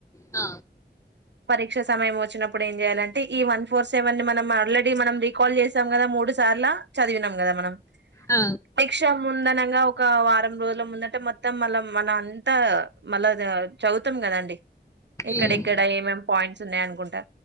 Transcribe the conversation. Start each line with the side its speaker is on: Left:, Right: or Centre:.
Left: ఆ
Right: పరీక్ష సమయం వచ్చినప్పుడు ఏం చేయాలంటే ఈ వన్ ఫోర్ సెవెన్ ని మనం ఆల్రెడీ మనం రీకాల్ చేసాం కదా మూడు సార్ల చదివినాం కదా మనం
Left: ఆ,
Right: రీక్ష ముందనంగా ఒక వారం రోజుల ముందంట మొత్తం మళ్ళ మన అంతా మళ్ళ చదువుతాం కదండి ఎక్కడెక్కడ
Left: ఉమ్,
Right: ఏమేం పాయింట్స్ ఉన్నాయ అనుకుంటా